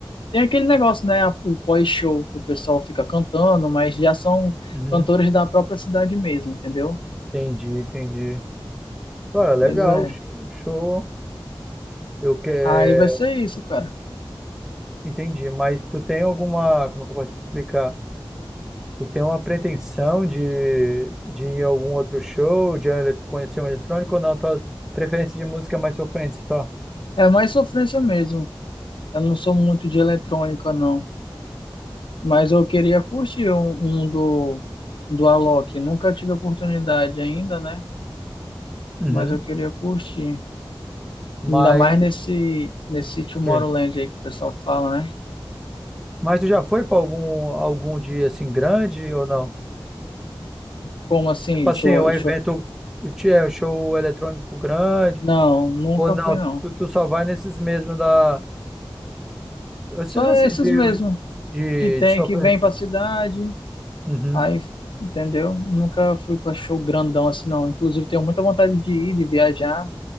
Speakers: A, on the left (about 65°); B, in the centre.
A: tem aquele negócio, né? a- O pós-show, que o pessoal fica cantando, mas já são
B: uhum.
A: cantores da própria cidade mesmo, entendeu?
B: Entendi, entendi. Cara, legal,
A: Pois é.
B: show. show. Eu quero.
A: Aí vai ser isso, cara.
B: Entendi, mas tu tem alguma, como que eu posso te explicar? Tu tem uma pretensão de, de ir a algum outro show, de ele- conhecer um eletrônico ou não? Tua preferência de música é mais sofrência só?
A: É mais sofrência mesmo. Eu não sou muito de eletrônica, não. Mas eu queria curtir um, um do, um do Alok. Nunca tive oportunidade ainda, né?
B: Uhum.
A: Mas eu queria curtir.
B: Mas,
A: Ainda mais nesse, nesse Tomorrowland
B: ok.
A: aí que o pessoal fala, né?
B: Mas tu já foi para algum, algum dia assim grande ou não?
A: Como assim?
B: Tipo assim,
A: Deixa eu,
B: um evento, ti- é, um show eletrônico grande
A: Não, nunca
B: ou não?
A: fui, não.
B: Tu, tu só vai nesses mesmos da, esses
A: Só
B: assim
A: esses
B: de,
A: mesmo
B: de,
A: que tem,
B: de sofrência.
A: que vem pra cidade.
B: Uhum,
A: Aí, entendeu? Nunca fui pra show grandão assim, não. Inclusive, tenho muita vontade de ir, de viajar